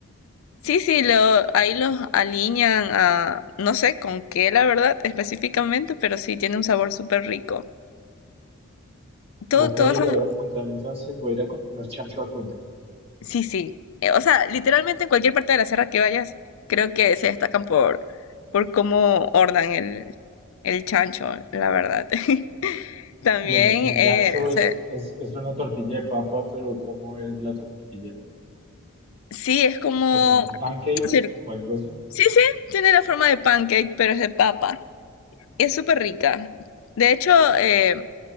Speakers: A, on the left; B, on the right.
A: Sí, sí, lo, ahí los aliñan a, no sé con qué, la verdad, específicamente, pero sí tiene un sabor súper rico. Todo,
B: Ok,
A: todas
B: lo
A: esas
B: voy a apuntar entonces, voy a ir a comer chancho a Cuenca.
A: Sí, sí. Eh, O sea, literalmente en cualquier parte de la sierra que vayas, creo que se destacan por, por cómo ordan el, el chancho, la verdad. <laughs> También,
B: Y el pingacho
A: eh,
B: es,
A: se-
B: es, es una tortilla de papa, pero ¿cómo es la tortilla?
A: sí, es como...
B: ¿Como un pancake
A: cir-
B: o algo así?
A: Sí, sí, tiene la forma de pancake, pero es de papa. Es súper rica. De hecho, eh,